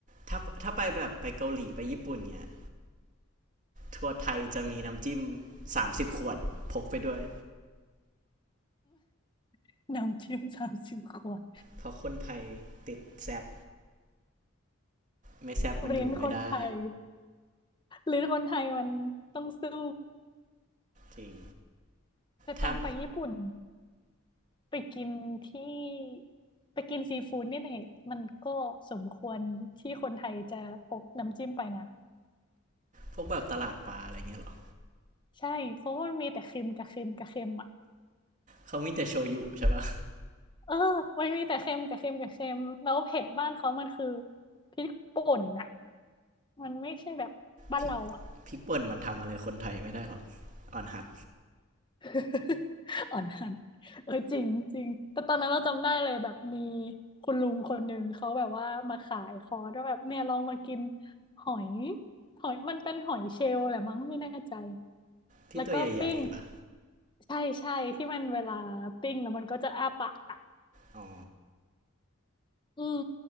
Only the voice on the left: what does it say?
<laughs> น้ำจิ้มสามสิบขวด
ลิ้นคนไทยลิ้นคนไทยมันต้องสู้
แต่ตอนไปญี่ปุ่น
ไปกินที่ไปกินซีฟู้ดนี่แหละมันก็สมควรที่คนไทยจะพกน้ำจิ้มไปนะ
ใช่เพราะว่ามันมีแต่เค็มกับเค็มกับเค็มอ่ะ
เออมันมีแต่เค็มกับเค็มกับเค็มแล้วเผ็ดบ้านเขามันคือพริกป่นน่ะมันไม่ใช่แบบบ้านเราอะ
<laughs> อ่อนหันเออจริงจริงแต่ตอนนั้นเราจำได้เลยแบบมีคุณลุงคนหนึ่งเขาแบบว่ามาขายคอร์สว่าแบบเนี่ยลองมากินหอยหอยมันเป็นหอยเชลล์แหละมั้งไม่แน่ใจ
แล้วก็ปิ้งใช่ใช่ที่มันเวลาปิ้งแล้วมันก็จะอ้าปากอะ
อืม